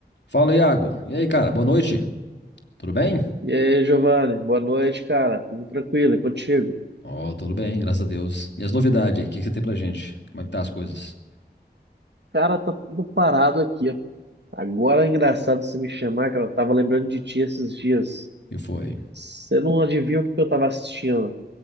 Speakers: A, on the left; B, on the right.
A: Fala, Iago. E aí, cara? Boa noite. Tudo bem?
B: E aí, Giovanni, boa noite, cara. Tudo tranquilo? E contigo?
A: Ó, tudo bem, graças a Deus. E as novidades aí? O que que você tem pra gente? Como é que tá as coisas?
B: Cara, tá tudo parado aqui. Agora é engraçado você me chamar, cara. Eu tava lembrando de ti esses dias.
A: E foi?
B: Você não adivinha o que eu tava assistindo?